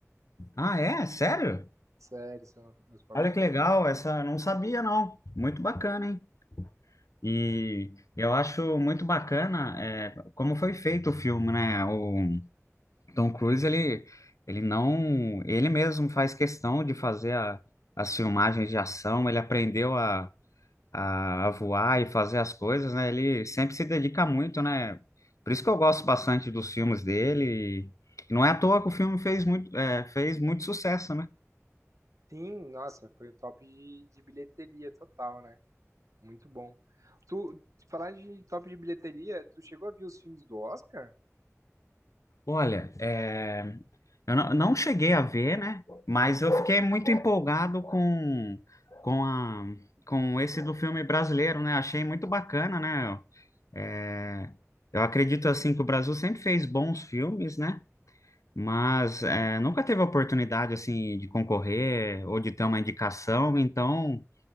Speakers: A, on the left; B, on the right.
A: Ah, é? Sério?
B: Sério, são os próprios
A: Olha que
B: filhos.
A: legal, essa não sabia não. Muito bacana, hein? E eu acho muito bacana é, como foi feito o filme, né? O Tom Cruise, ele, ele não, ele mesmo faz questão de fazer a- as filmagens de ação, ele aprendeu a, a, a voar e fazer as coisas, né? Ele sempre se dedica muito, né? Por isso que eu gosto bastante dos filmes dele. E não é à toa que o filme fez muito, é, fez muito sucesso, né?
B: Sim, nossa, foi o top de, de bilheteria total, né? Muito bom. Tu, falar de top de bilheteria, tu chegou a ver os filmes do Oscar?
A: Olha, é. Eu não, não cheguei a ver, né? Mas eu fiquei muito empolgado com, com, a, com esse do filme brasileiro, né? Achei muito bacana, né? É, eu acredito, assim, que o Brasil sempre fez bons filmes, né? Mas é, nunca teve a oportunidade, assim, de concorrer ou de ter uma indicação. Então,